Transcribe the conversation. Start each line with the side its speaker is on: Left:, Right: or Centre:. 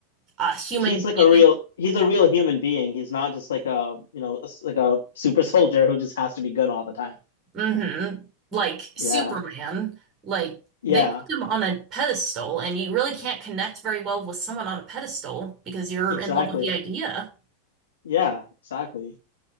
Right: a human
Left: he's
Right: being.
Left: like a real he's a real human being. He's not just like a you know like a super <laughs> soldier who just has to be good all the time.
Right: Mm-hmm. Like Superman.
Left: Yeah,
Right: Like,
Left: yeah,
Right: they put him on a pedestal, and you really can't connect very well with someone on a pedestal because you're
Left: exactly.
Right: in love with the idea.
Left: Yeah, exactly.